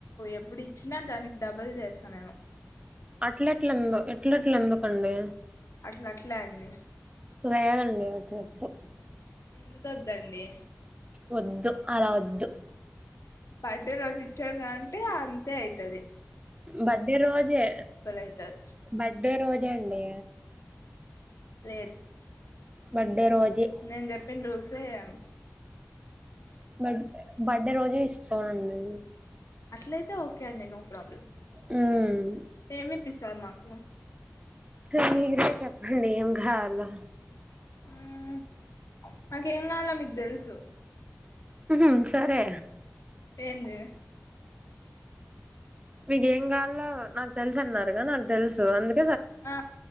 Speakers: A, on the left (about 75°); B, on the right (about 25°).
A: ఎప్పుడు ఇచ్చినా దానికి డబుల్ చేస్తా నేను
B: అట్లెట్ల <unintelligible> ఎట్లట్ల ఎందుకండి
A: అట్లా అట్లే అండి
B: లేదండి అట్లదు
A: ఎందుకొద్దండి
B: వద్దు అలా వద్దు
A: బర్డే రోజు ఇచ్చాడు కాంటే అంతే ఐతది
B: బర్డే రోజే
A: అయితది
B: బర్డే రోజే అండి
A: లేదు
B: బర్త్డే రోజే
A: నేన్ చెప్పిన్ రూల్ తేమ్
B: బడ్ బడ్డే రోజే ఇస్ సోనండి
A: అట్లయితే ఓకే అండి నో ప్రాబ్లం
B: మ్మ్
A: ఏమి ఇప్పి స్తారు మాకు
B: మీ <inaudible> చెప్పండి ఏం కావాలో
A: మ్మ్ నాకేం కావలో మీకు తెలుసు
B: ఊహూ సరే
A: ఏంది
B: మీకేం కావాలో నాకు తెలుసు అన్నారుగా నాకు తెలుసు అందుక్
A: ఆ